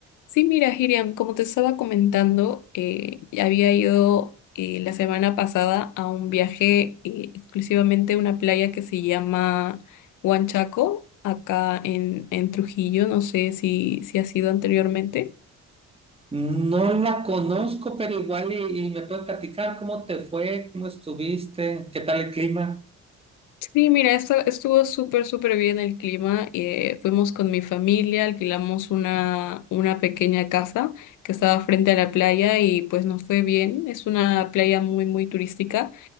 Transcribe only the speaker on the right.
No la conozco, pero igual y, y me puedes platicar cómo te fue, cómo estuviste, qué tal el clima.